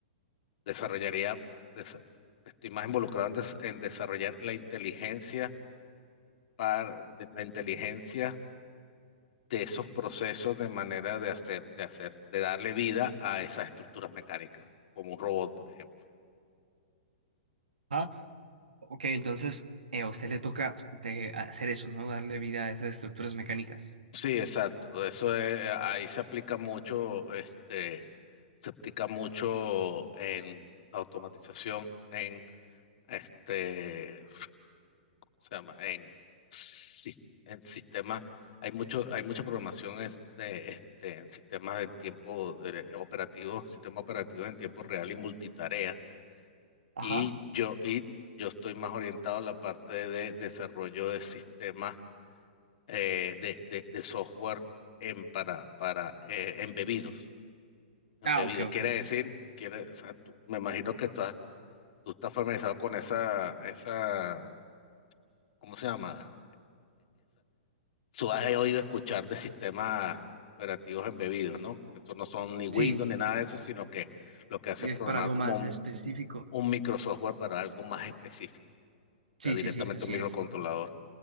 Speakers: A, on the left; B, on the right.
A: desarrollaría, desa- estoy más involucrado en, des- en desarrollar la inteligencia para, de- la inteligencia de esos procesos de manera de hacer, de hacer, de darle vida a esas estructuras mecánicas, como un robot, por ejemplo.
B: ajá Ok, entonces eh, a usted le toca eh, hacer eso, ¿no? Darle vida a esas estructuras mecánicas.
A: Sí, exacto. Eso es- ahí se aplica mucho, este, se aplica mucho en automatización, en este se llama? En, sis- en sistemas, hay mucho, hay mucha programación este, este, en sistemas de tiempo de- operativo, sistema operativo en tiempo real y multitarea.
B: ajá.
A: Y yo, y yo estoy más orientado a la parte de desarrollo de sistemas eh, de, de- de software en, para, para eh, embebidos. Embebidos
B: Ah, ok, ok,
A: quiere decir,
B: sí.
A: quiere, o sea, tú- me imagino que estás, tú estás familiarizado con esa, esa, ¿cómo se llama? tú has oído escuchar de sistemas operativos embebidos, ¿no? Estos no son ni Windows
B: Sí,
A: ni nada de eso, sino que lo que hace
B: es
A: es programar
B: para algo
A: como
B: más
A: un,
B: específico.
A: un microsoftware para algo más específico, o sea,
B: Sí,
A: directamente
B: sí, sí, así
A: un microcontrolador.
B: es.